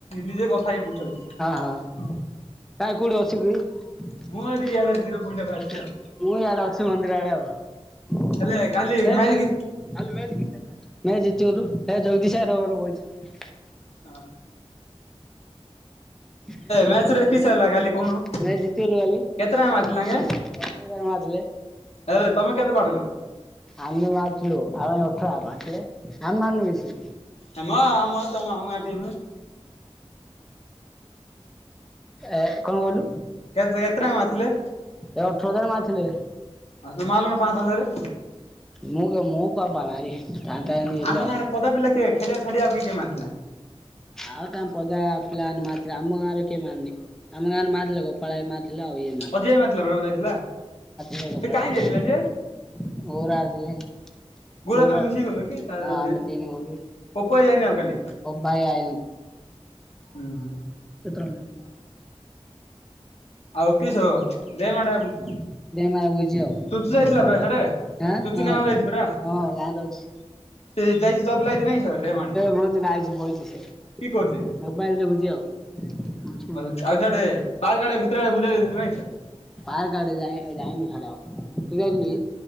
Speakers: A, on the left; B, in the centre.
A: ନିଜେ କଥା। <unintelligible>
B: ହଁ କାଇଁ କୋଉଠି ଅଛିକି।
A: ମୁଁ
B: ମୁଁ
A: ଏଠି ଇଆଡେ ଜିରୋ ପଏଣ୍ଟ ରେ ଅଛି ଆଉ।
B: ଇଆଡେ ଅଛି ମନ୍ଦିର ଆଡେ ଆଉ। ତାହେଲେ
A: ହେଲେ
B: କାଲି ମ୍ୟାଚ
A: ମ୍ୟାଚ୍ କି
B: କିସ ହେଲା। ମ୍ୟାଚ ଜିତିଗଲୁ ହେ ଜଗଦୀଶ ସାର ମୋର ବଇଚୁ।
A: ହଁ।
B: ମ୍ୟାଚ
A: ମ୍ୟାଚ୍ ରେ କିସ ହେଲା କାଲି କହୁନୁ
B: ଜିତିଗଲୁ କାଲି।
A: କେତେ
B: ଦଶ
A: ରନ୍ ମାରିଥିଲେ ତାଙ୍କେ?
B: ହଜାର <unintelligible> ଥିଲେ।
A: ଏ ତମେ କେତେ ବାଡେଇଲ?
B: ଆମେ ମାରିଥିଲୁ ଆଉ ଅଠରା ମାରଥିଲେ ଆମେ ମାରନୁ କି ସେ।
A: ନାମ ଆମ ତମ ଆମ ଗା ଟିମ।
B: ଏ କଣ କହିଲୁ।
A: କେତେ କେତେ ଟା ମାଥିଲେ।
B: ଏ ଅଠର ହଜାର ମାରିଥିଲେ।
A: ଆ ତୁ ମଲୁ ପାଂସ ହଜାର।
B: ମଁ ମ କ ପା ମାର ତା ଟ ହେଲ।
A: ଆମ ଗାଁରେ ପିଲା। ଖେଳିଆଛାଡି ଆ କିଏ ମାରଥିଲା।
B: ଆଉ ଟାମ ପୋଦା ପିିଲମାନେ ମାାତ ଅମ ଗ ଆାର କେମାି। ଆମ ଗାଁରେ ମାଥିଲଥିଲା କ ପଳଏ ମା ଥିଲା ଆ ଇଏ।
A: ଅଜୟ ମାରିଥିଲା ପରା ଯାଇଥିଲା
B: <unintelligible>
A: ସେ କାହିଁ ଯାଇଥିଲା ସେ?
B: ମାର ଆଦଲେ।
A: ଗୁରା
B: ଗୋରା
A: ତାର ମିଶିକି ଗଲ କି ତା
B: ଆମେ
A: ଅଜୟର
B: ସେ ଗଲୁ
A: ପୋପ ଭାଇ ଯାଇନି ଆଉ କାଲି
B: ଭାଇ।
A: ହୁଁ ହୁଁ।
B: ସେତଣିଲ।
A: ଆଉ କିସ ଦେ ମାଡେ ଭାବୁଛୁ।
B: ମ ବଛି ଆଉଁ
A: ତୁତୁ ଯାଇଥିଲା ପରା ସିଆଡେ?
B: ହଁ
A: ତୁତୁ ଗାଁକୁ ଯାଇଛି ପରା
B: ହଁ ଗାଁରେ ଅଛି।
A: ସେ ଯାଇଛି ଚଗଲା ହେଇଛି ନାଇଁ କି ସେ ଡ୍ୟାମ୍ ଆଡେ
B: ମୁଁତି ଆାଇଛି ବହୁଛିଛ।
A: କି କହୁଛି?
B: ମୋବାଇଲ ଯାଗୁଛି ଆଉଛ।
A: ଆଉ ସେଆଡେ ତାର ଗାଡ ଭିତରେ ବୁଲେଇ ଦେଇେଇଥିଲେ ନାଇଁଛ।
B: ପାର୍କ ଆଡେ ଯାଇ ଯାଇନି ଖଡ ଆ ଜି।